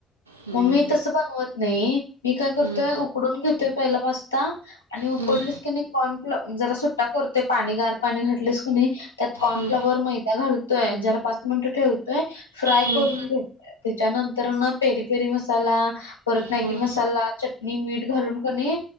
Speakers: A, on the right (about 85°); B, on the left (about 85°).
A: हम्म,
B: मग मी तस बनवत नाही मी काय करतोय
A: हम्म.
B: उकडून घेतोय पहिला पाचता आणि
A: हम्म.
B: कोडलीस की नाही कॉर्नफ्ल जरा सुट्टा करते पाणी गार पाणी घातलीस कु नाही त्यात कॉर्नफ्लॉवर
A: हम्म,
B: मैदा घालत य जरा पाच मिनटं ठेवतोय फ्राय
A: हम्म.
B: करून घेत त्याच्यानंतर ना पेरी पेरी मसाला परत मॅगी
A: हम्म.
B: मसाला चट मी मीठ घालून कणे